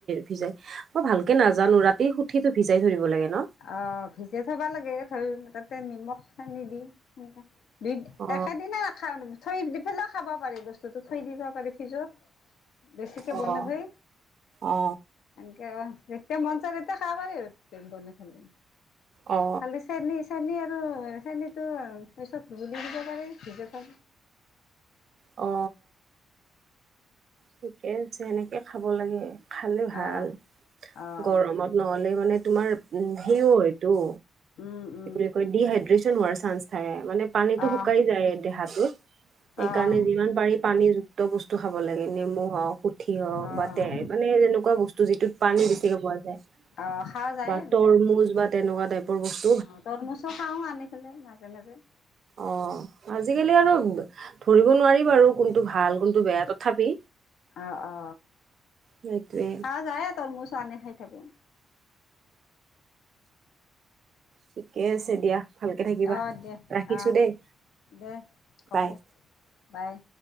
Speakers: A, on the right; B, on the left.
A: ভিজাই মই ভালকে নাজানো ৰাতি সুতিটো ভিজাই থয় দিব লাগে ন।
B: অ ভিজাই থবা লাগে ধৰি তাতে নিমখ হানি দি দুই
A: অ
B: একেদিনা থৈ দি পেলাই খাব পাৰি বস্তুটো থৈ দিব পাৰি ফ্ৰিজত। বেছিকে
A: অ
B: বনাই থয়।
A: অ
B: এনেকে অ যেতিয়া মন যায় তেতিয়া খাব পাৰি আৰু বনাই চনাই
A: অ
B: খালি চেনী- চেনী -আৰু চেনীটো পিছত ঘোলি দিব পাৰি।
A: অঁ। ঠিকে যে এনেকে খাব লাগে খালে ভাল
B: আহ আহ
A: গৰমত। নহ'লে মানে তোমাৰ ঘিউ হয়তটো।
B: উম- উম।
A: বুলি কয় ডিহাইড্ৰেচন হোৱাৰ চান্স থাকে মানে পানীতটো
B: আহ
A: শুকাই যায় দেহাটোত। সেইকাৰণে
B: আহ
A: যিমান পাৰি পানীযুক্ত বস্তু খাব লাগে নেমু হওক পুঠি হওক
B: আহ
A: বা তেৰ মানে যেনেকুৱা বস্তু। যিটোত পানী বেছিকে পোৱা যায়।
B: আহ খোৱা যায়
A: বা
B: এনেকে
A: তৰমুজ বা তেনেকুৱা টাইপৰ বস্তু।
B: অ তৰমুজও খাওঁ আনি পেলাই মাজে -মাজে।
A: অ আজিকালি আৰু ধৰিব নোৱাৰি বাৰু কোনটো ভাল কোনটো বেয়া তথাপি
B: অ অ।
A: সেইটোৱে
B: খাৱা যায় তৰমুজটো আনি খাই থাকো।
A: ঠিকে আছে দিয়া ভালকে থাকিবা
B: অ দে
A: ৰাখিছো
B: অ
A: দেই
B: দে হ'ব
A: বাই।
B: বাই।